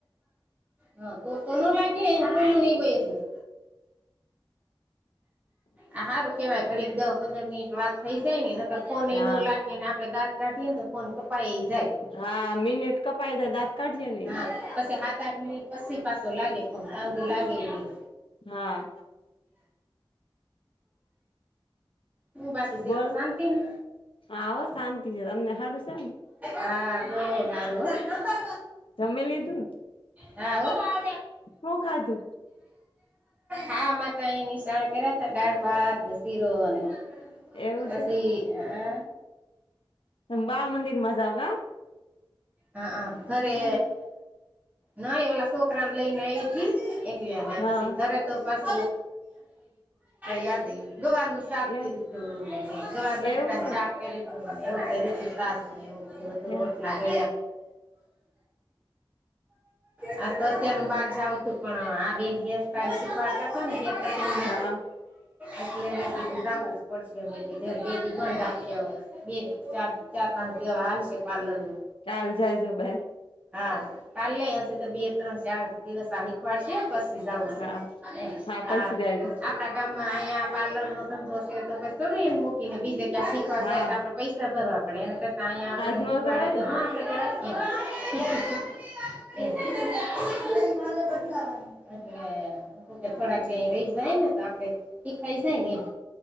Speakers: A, on the right; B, on the left.
A: હા તો તો નો લાગે એને ખોલયુ નહી હોય હજી આ હારું કેવાય ઘડીક દહ પંદર મિનિટ વાત થઈ જાય ને ફોન એ
B: હા
A: નો લાગે ને આપડે દાંત કાઢીએને તો ફોન કપાઈ જાય
B: હા મિનીટ કપાય જાય દાંત કાઢઈએ ને
A: હા
B: ઈ
A: પછી સાત આઠ મિનિટ પછી પાછો લાગે ફોન તા સુધી લાગેય નહી.
B: હા.
A: હુ બાકી તે
B: બોલો
A: તો શાંતિ ને
B: હા હો શાંતિ છે તમને સારું છે ને
A: હા બઉ હારુ હો હારુ
B: જમી લીધું
A: હા હો હા
B: હું ખાધું
A: હા માર તો અહીંયા નિશાળા કર્યા તા દાળ ભાત ને શીરો ને
B: એવું
A: પછી
B: છે
A: હઅ
B: તમ બાળ મંદિરમાં જાવ હા
A: હા હ ઘરે નઈ ઓલા છોકરા ને લઈને આયવી તી એક
B: હા
A: પછી ઘરે તો પાછ યાદ <unintelligible> ચાક
B: એવું
A: તીતું ગવારબટ
B: એવું
A: તન ચાક તરી હવ તરી શ રોટલા
B: છે
A: <inaudible> હા તો અત્યારનું બહાર જાવું તું પણ આ બે હેર સ્ટાઈલ શીખવાડતા <unintelligible> તમને
B: હા
A: એટલે મેં કીધું ત ઉપર છ <unintelligible> બેદી બંધ રાખય હવ. બે ચાર ચાર પાંચ દેવા હાલશે પાર્લર નુ
B: ચાલ જાય જો બે
A: હા ચાલ લઈ હસે તો બે ત્રણ ચાર દિવસ આ શીખવાડ છે પસ જાવુ
B: હા
A: છે આ
B: હા પસી
A: આખુ
B: જાય છે
A: આપણા ગામમાં અહીંયા પાર્લરનો ધંધોશે તો પછી થોડુ એને મૂકીને બીજે ક્યાં શીખવા
B: હા
A: જાય તો આપડ પૈસા ભરવા પડે એના કરતા અહીંયા આપને
B: આજ નો
A: શીખવાડે
B: જવાય
A: તો
B: ને
A: ના આપડે કરાએ એમ <inaudible> નઈ મારે બદલાવાય એટલે કે થોડાક દી અહીં રહી જાય ને તો આપડે શીખાઈ જાય ને એમ